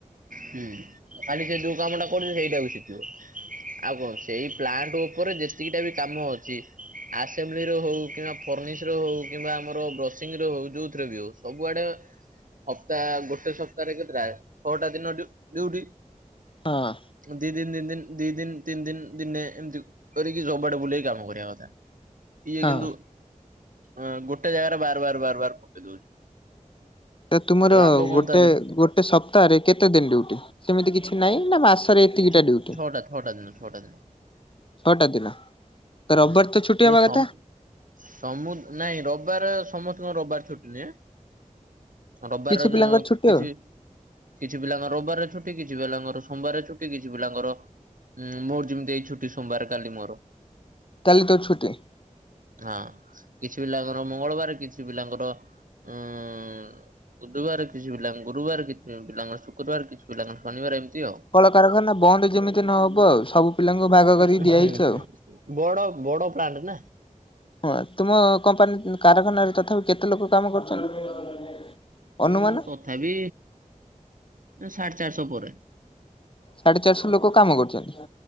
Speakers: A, on the right; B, on the left.
A: ହୁଁ ଖାଲି ସେ ଯୋଉ କାମ ଟା କରୁଛି ସେଇଟା ବି ଶିଖିବ ଆଉ କଣ ସେଇ ପ୍ଲାଣ୍ଟ ମୋର ଯେତିକିଟା ବି କାମ ଅଛି ଆସେମ୍ବଲି ର ହଉ କିମ୍ବା ଫରନିସ୍ ଥିରେ ହଉ କିମ୍ବା ଆମର ବ୍ରସିଂ ର ହୋଉ ଯୋଉଥିରେ ବି ହଉ ସବୁ ଆଡେ ସପ୍ତାହ ଗୋଟେ ସପ୍ତାହ ରେ କେତେଟା ଛଅଟା ଦିନ ଡିଉ ଡିଉଟି
B: ହଁ।
A: ଦି ଦିନ ତିନି ଦିନ ଦି ଦିନ ତିନି ଦିନ ଦିନେ ଏମତି କରିକି ସବୁଆଡେ ବୁଲେଇକି କାମ କରିବା କଥା। ଇଏ
B: ହଁ
A: କିନ୍ତୁ ଅ ଗୋଟେ ଜାଗାରେ ବାର ବାର ବାର ବାର ପକେଇ ଦଉଛି।
B: ତ ତୁମର
A: ଲାଭ କଣ
B: ଗୋଟେ
A: ତା ଦେହରେ
B: ଗୋଟେ ସପ୍ତାହରେ କେତେ ଦିନ ଡୁଟି? ସେମିତି କିଛି ନାହିଁ ନା ମାସରେ ଏତିକିଟା
A: ଛ
B: ଡ୍ୟୁଟି
A: ଛଟା ଛଟା ଦିନ ଛଟା ଦିନ।
B: ଛଅଟା ଦିନ ତ ରବିବାର
A: ହୁଁ
B: ତ ଛୁଟି ହବା
A: କେବ
B: କଥା।
A: ସମୁ ନାଇଁ ରବିବାର ସମସ୍ତଙ୍କର ରବିବାର ଛୁଟିନୁହେଁ। ରବିବାର
B: କିଛି ପିଲାଙ୍କର ଛୁଟି
A: କିଛି
B: ଆଉ
A: କିଛି ପିଲାଙ୍କର ରବିବାର ଛୁଟି କିଛି ପିଲାଙ୍କର ସୋମବାର ଛୁ କିଛି ପିଲାଙ୍କରଁ ମୋର ଯେମିତି ଏଇ ଛୁଟି ସୋମବାର କାଲି ମୋର।
B: ତାହେଲେ ତୋର ଛୁଟି।
A: ହଁ କିଛି ପିଲାଙ୍କର ମଙ୍ଗଳବାର କିଛି ପିଲାଙ୍କର ଆଁ। ବୁଧବାର କିଛି ପିଲାଙ୍କ ଗୁରୁବାର କିଛି ପିଲାଙ୍କ ଶୁକ୍ରବାର କିଛି ପିଲାଙ୍କ ଶନିବାର ଏମିତି ଆଉ।
B: କଳକାରଖାନା ବନ୍ଦ ଯେମିତି ନହବ ଆଉ ସବୁ ପିଲାଙ୍କ ଭାଗ କରିକି
A: ଉଁ
B: ଦିଆହେଇଛି
A: ହୁଁ
B: ଆଉ।
A: ହଁ ବଡ ବଡ ପ୍ଲାଣ୍ଟ ନା
B: ହଁ ତୁମ କମ୍ପାନୀ କାରଖାନାରେ ତଥାପି କେତେ ଲୋକ କାମ କରୁଛନ୍ତି? <inaudible> ଅନୁମାନ?
A: ଉଁ ତଥାବି ସାଢେ ଚାରିଶହ ପରେ।
B: ସାଢେ ଚାରିଶହ ଲୋକୋ କାମ କରୁଚନ୍ତି।